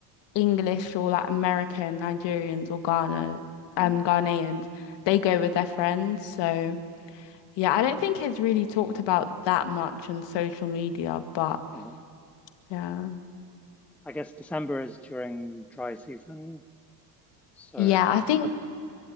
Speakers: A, on the left (about 60°); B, in the centre.
A: English or like American, Nigerians or Ghana,
B: Mm-hmm.
A: um, Ghanaians, they go with their friends. So yeah, I don't think it's really talked about that much on social media, but
B: Uh-huh.
A: yeah.
B: I guess December is during dry season. So
A: Yeah, I think